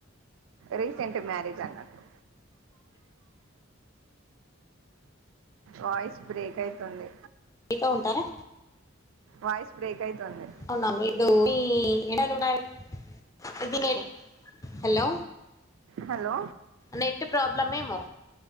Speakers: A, on the right; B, on the left.
A: రీసెంట్ మ్యారేజ్ అన్నట్లు వాయిస్ బ్రేక్ అయితుంది
B: మీతో ఉంటారా
A: వాయిస్ బ్రేక్ అయితుంది
B: అవున మీరు మీ <unintelligible> హలో
A: హలో
B: నెట్ ప్రాబ్లమ్ ఏమో